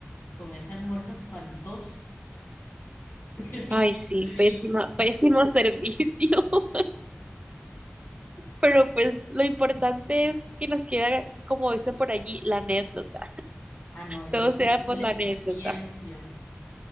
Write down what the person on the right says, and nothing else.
Ay, sí,
pésima, pésimo servicio, <laughs> pero pues lo importante es que nos queda, como dice por allí, la anécdota.
Todo sea
por
la
anécdota.